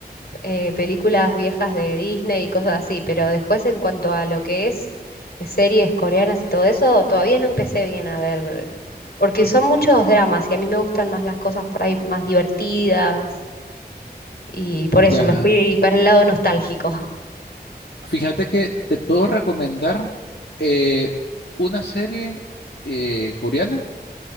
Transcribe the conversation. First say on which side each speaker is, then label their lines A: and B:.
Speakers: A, on the left; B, on the left.
A: eh, películas viejas de Disney y cosas así, pero después en cuanto a lo que es eh, series coreanas y todo eso, todavía no empecé bien a ver, porque son muchos dramas y a mí me gustan más las cosas por ahí más divertidas. Y por eso
B: Ya.
A: me fui para el lado nostálgico.
B: Fíjate que te puedo recomendar eh, una serie eh, coreana